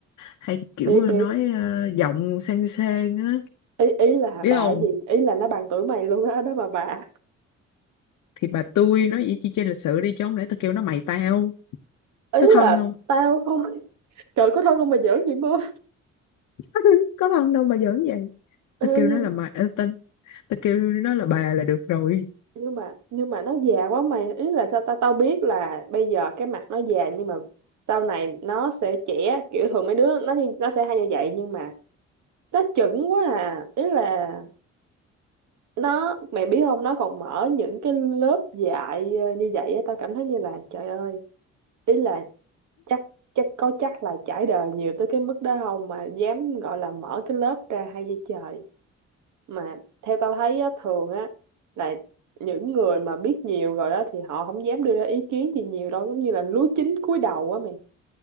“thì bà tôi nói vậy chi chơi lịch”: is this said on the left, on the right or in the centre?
Left